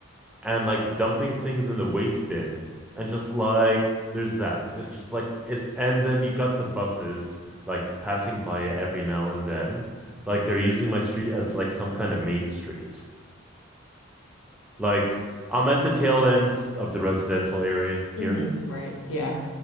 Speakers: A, in the centre; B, on the left (about 85°).
A: and like dumping things in the waste bin and just like there's that. It's just like it's and then you got the buses like passing by it every now and then. Like they're using my street as like some kind of main street. Like I'm at the tail end of the residential area
B: hmm
A: here.
B: Right. Yeah.